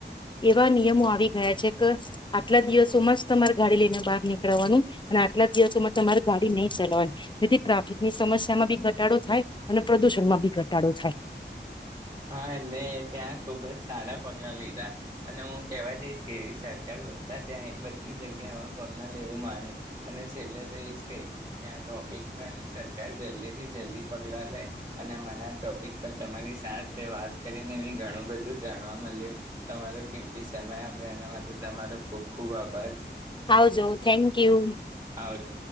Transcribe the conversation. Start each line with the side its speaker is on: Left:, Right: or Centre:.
Left: એવા નિયમો આવી ગયા છે, કે આટલા દિવસોમાં જ તમારે ગાડી લઈને બહાર નીકળવાનું અને આટલા દિવસોમાં તમારે ગાડી નહી, ચલાવવાની જેથી ટ્રાફિકની સમસ્યામાં બી ઘટાડો થાય અને પ્રદુષણમાં બી ઘટાડો થાય
Right: હા એટલે ત્યાં ખુબ જ સારા પગલા લીધા અને હું કેવા જઈશ, કે સરકાર બધા ત્યાં બધી જગ્યામાં પગલા લેવું માને અને છેલ્લે તો એ જ કે ત્યાં ટોપિક પર સરકાર જલ્દી થી જલ્દી પગલા લે અને મને ટોપિક પર તમારી સ તે વાત કરીને એ ઘણું બધું જાણવા મળ્યું તમારો કેમતી સમય આપ્યો એના માટે તમારો ખુબ ખુબ આભાર.
Left: આવજો થેન્ક યુ
Right: આવજો